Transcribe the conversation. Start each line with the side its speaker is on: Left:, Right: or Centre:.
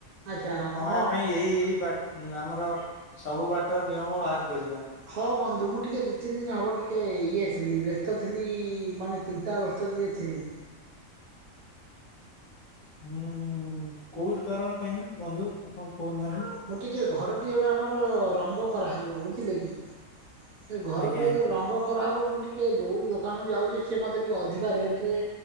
Right: ଆଚ୍ଛା
Left: ତାକୁ କମେଇବା
Right: ହଁ
Left: ପାଇଁ
Right: ଅ।
Left: ଏଇ ଏଇ ବାଟ୍ ଆମର ସବୁ ବାଟ ନିୟମ ବାହାର କରିବା।
Right: ହଁ ବନ୍ଧୁ ମୁଁ ଟିକେ ଦି ତିନି୍ ଦିନ୍ ହେବ ଟିକେ ଇଏ ଥିଲି ବ୍ୟସ୍ତ ଥିଲି ମାନେ ଚିନ୍ତାଗ୍ରସ୍ତ ଟିକେ ଥିଲି।
Left: ହୁଁ କୋଉଥି କାରଣ ପାଇଁ ବନ୍ଧୁ ଆପଣ କହୁନାହାନ୍ତି?
Right: ମୁଁ ଟିକେ ଘରଟି ଏବେ ଆମର ରଙ୍ଗ କରାହବ ବୁଝିଲେ କି? ସେ ଘର
Left: ଆଜ୍ଞା
Right: ଟିକେ ରଙ୍ଗ କରାହବ ମୁଁ ଟିକେ ଯୋଉ ଦୋକାନକୁ ଯାଉଚି ସିଏ ମତେ ଟିକେ ଅଧିକା ରେଟ୍ ରେ